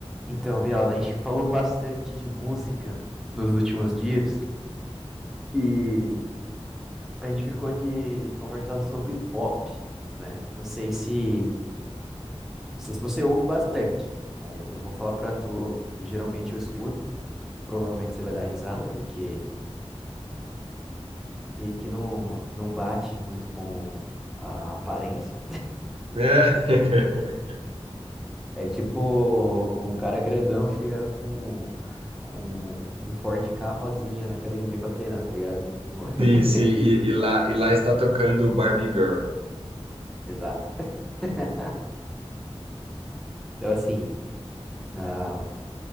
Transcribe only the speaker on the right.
É. <laughs>
Sim, sim, e, e lá, e lá está tocando Barbie Girl.